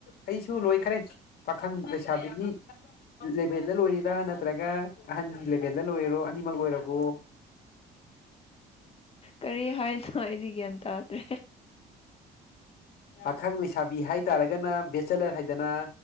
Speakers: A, on the left; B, on the left.
A: ꯑꯩꯁꯨ ꯂꯣꯏꯈꯔꯦ ꯄꯥꯈꯪ ꯂꯩꯁꯥꯕꯤꯒꯤ ꯂꯦꯚꯦꯜꯗ ꯂꯣꯏꯔꯤꯔꯥ ꯅꯠꯇ꯭ꯔꯒ ꯑꯍꯟꯒꯤ ꯂꯦꯚꯦꯜꯗ ꯂꯣꯏꯔꯣ ꯑꯅꯤꯃꯛ ꯂꯣꯏꯔꯕꯣ
B: ꯀꯔꯤ ꯍꯥꯏꯅꯣ ꯑꯩꯗꯤ ꯒ꯭ꯌꯥꯟ ꯇꯥꯗ꯭ꯔꯦ
A: ꯑꯥꯈꯪ ꯂꯩꯁꯥꯕꯤ ꯍꯥꯏꯇꯥꯔꯒꯅ ꯕꯦꯆꯦꯂꯔ ꯍꯥꯏꯗꯅ